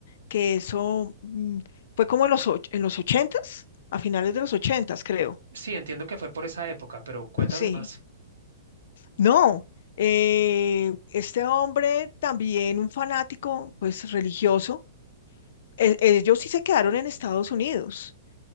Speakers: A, on the left; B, on the right.
A: que eso mm, fue como en los, och- en los ochentas, a finales de los ochentas, creo.
B: Sí, entiendo que fue por esa época, pero cuéntame
A: Sí.
B: más.
A: No, eh, este hombre también un fanático, pues religioso. E- ellos sí se quedaron en Estados Unidos,